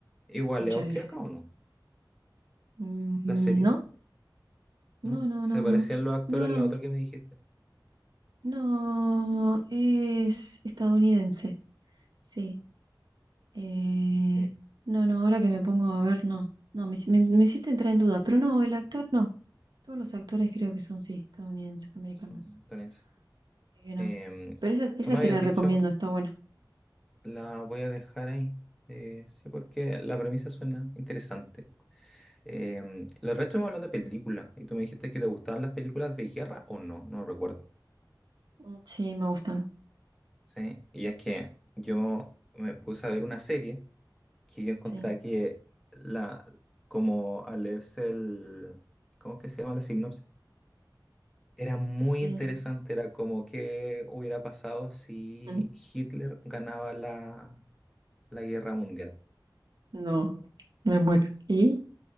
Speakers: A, in the centre; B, on the right (about 65°).
A: Igual,
B: muchas
A: ¿es austriaca
B: veces.
A: o no?
B: Mm,
A: La serie,
B: ¿No? No,
A: ¿no?
B: no,
A: Se
B: no,
A: parecían
B: no.
A: los actores
B: No, no,
A: a la otra que me dijiste.
B: no. Es estadounidense. Sí. Eh,
A: Eh,
B: no, no, ahora que me pongo a ver, no. No, me, hici- me- me hiciste entrar en duda. Pero no, el actor no. Todos los actores creo que son, sí, estadounidenses, americanos.
A: son italianos.
B: Así que no.
A: Em,
B: Pero esa, esa
A: tú me
B: te
A: habías
B: la recomiendo,
A: dicho,
B: está buena.
A: la voy a dejar ahí. Eh, sí, porque la premisa suena interesante. Em, los restos estuvimos hablando de películas y tú me dijiste que te gustaban las películas de guerra o no, no recuerdo.
B: Ujú. Sí, me gustan.
A: Sí, y es que yo me puse a ver una serie que yo encontré
B: Sí.
A: que la, como al leerse el, ¿cómo es que se llama la sinopsis? Era muy
B: Sí.
A: interesante, era como qué hubiera pasado si
B: Mm.
A: Hitler ganaba la, la guerra mundial.
B: No, me muero. ¿Y?